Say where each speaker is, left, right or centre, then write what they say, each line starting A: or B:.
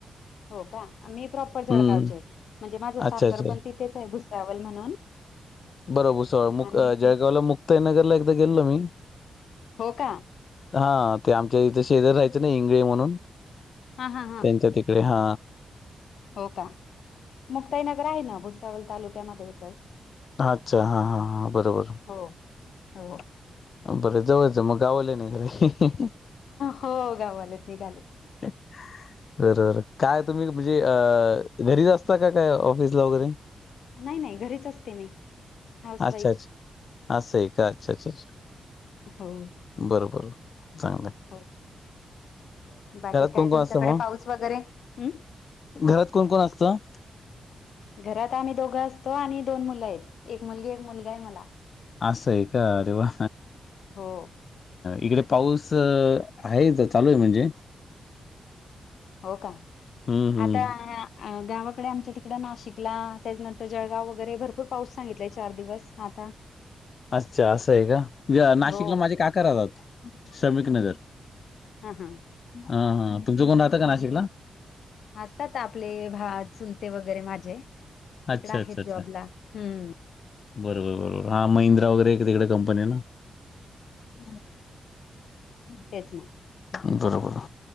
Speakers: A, on the left; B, on the left.
A: हो का मी प्रॉपर जळगावचे
B: हम्म
A: म्हणजे माझं
B: अच्छा
A: सासर
B: अच्छा
A: पण तिथेच आहे भुसावल म्हणून,
B: बरोबर भुसावळ
A: आणि
B: मग जळगावला मुक्ताईनगरला एकदा गेलेलो मी
A: हो का
B: हा ते आमच्या इथं शेजारी राहायचं ना इंगळे म्हणून
A: हा हा हा
B: त्यांच्या ते कडे हा.
A: हो का मुक्ताई नगर आहे ना भुसावल तालुक्यामध्ये येतय.
B: अच्छा हां हां हां बरोबर.
A: हो हो
B: बरं जवळचं मग गाववाले निघाले की,
A: हो गाववाले निघाले.
B: तर, काय तुम्ही म्हणजे अ घरीच असता का काय ऑफिसला वगैरे?
A: नाही नाही घरीच असते मी. हाऊस
B: अच्छा
A: वाईफ
B: अच्छा असा आहे का अच्छा अच्छा अच्छा.
A: हो
B: बर बर चांगलं हाय.
A: हो बाकी काय
B: कोण कोण
A: तुमच्याकडे
B: असतं मग
A: पाऊस वगैरे? हम्
B: घरात कोण कोण असतं.
A: घरात आम्ही दोघं असतो. आणि दोन मुलं आहेत, एक मुलगी एक मुलगाय मला.
B: असं आहे का, अरे वा.
A: हो
B: इकडे पाऊस आहे, इथ चालू आहे म्हणजे.
A: हो का,
B: हम्म हम्म
A: आता मना अ गावाकडे आमच्या तिकडं नाशिकला, त्याच्यानंतर जळगाव वगैरे भरपूर पाऊस सांगितलाय, चार दिवस आता.
B: <inaudible> अच्छा असं आहे का, नाशिकला
A: हो
B: माझे काका राहतात श्रमिक नगर.
A: हां हां.
B: हा हा तुमचं कोण राहतं का नाशिकला.
A: असतात आपले भाव चुलते वगैरे माझे. तिकडे
B: अच्छा,
A: आहेत
B: अच्छा, अच्छा.
A: जॉबला हम्म
B: बरोबर बरोबर हा महिंद्रा वगैरे इकडं तिकडे कंपनी हाय ना. <unintelligible>
A: तेच ना.
B: बरोबर.